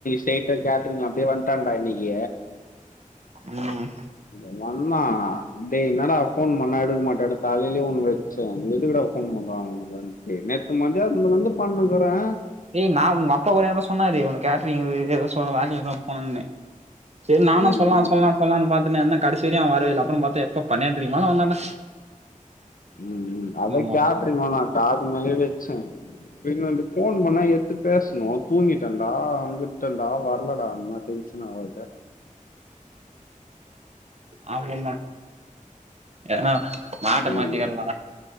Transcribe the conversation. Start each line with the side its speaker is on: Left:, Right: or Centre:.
Left: டெய்ட்டா கேட்ரிங் அப்டியே வன்ட்டான்டா இன்னிக்கி
Right: ம்
Left: இவே வந்தா டேய் என்னடா ஃபோன் பண்ணா எடுக்க மாட்டியாடா தலைலே ஒண்ணு வ ச்சே எதுக்குடா ஃபோன் பண்றாங்க ஒனக்கு வன்ட்டு நேத்து மத்யானத்துலந்து பண்ணுக்குறே
Right: ஏ நா உங்கப்பா கூட எவ்ளோ சொன்னாரு இவன கேட்ரிங் கு எதோ சொ வேலைக்லா போனன்னு செரி நானு
Left: ம்
Right: சொல்லா சொல்லா சொல்லான் பாத்துனேருந்தே கடைசி வரயு அவே வரவேயில்ல அப்றோ பாத்தா எப்ப பனன்றைக்கி மேல வந்தாடா
Left: ம் ம் அவ
Right: மொதல்ல
Left: கேப் த்ரீ போனா காது மேலயே வெச்சன் பின்ன வன்டு ஃபோன் பண்ணா எத்து பேசணு தூங்கிட்டா தா வந்துட்டன்டா வர்லடானா டென்ஷன் ஆவல்ல
Right: ஆ <unintelligible> ஏனா மாட்ட
Left: ம்
Right: மாட்டிர்ல